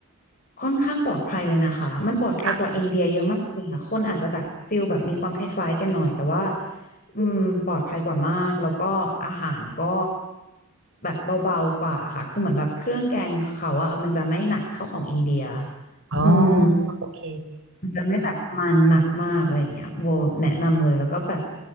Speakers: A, on the left; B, on the right.
A: ค่อนข้างปลอดภัยเลยนะคะ มันปลอดภัยกว่าอินเดียเยอะมากเลยค่ะคนอาจจะแบบฟิลแบบมีความคล้ายๆกันหน่อยแต่ว่า
B: ค่ะ
A: อืมปลอดภัยกว่ามาก แล้วก็อาหารก็แบบเบาๆกว่าค่ะคือเหมือนแบบเครื่องแกงเขาอะมันจะไม่หนักเท่าของอินเดีย
B: อ๋อ
A: อืม
B: โอเค
A: มันจะไม่แบบมันหนักมากอะไรอย่างเงี้ยโบแนะนำเลยแล้วก็แบบ